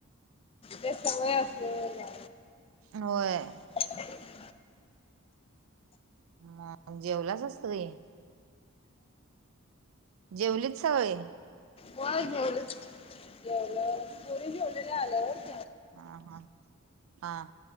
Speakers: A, on the left; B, on the right.
A: ते सवय असल्या वर
B: होय.
A: <inaudible>
B: ह जेवलाच असत की. जेवलीच सगळे.
A: हो जेवलं जेवलं पुोरीे जेवलेलं आलंवर.
B: हा हा हा.